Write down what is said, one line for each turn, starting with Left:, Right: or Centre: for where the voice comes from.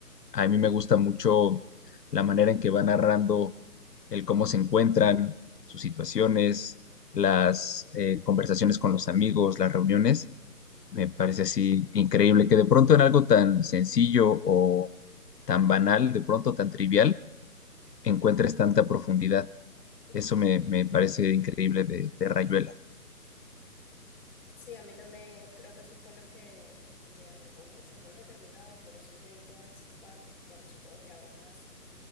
Left: a mí me gusta mucho la manera en que va narrando
Centre: Ujú.
Left: el cómo se encuentran, sus situaciones, las eh, conversaciones con los amigos, las reuniones. Me parece así increíble que de pronto en algo tan sencillo o tan banal, de pronto tan trivial, encuentres tanta profundidad. Eso me, me parece increíble de, de Rayuela.
Centre: Sí, a mí también eh, creo que eso fue lo que me atrapó mucho. No lo he terminado, pero sí leí todas esas partes. Bueno, supongo que habrán más.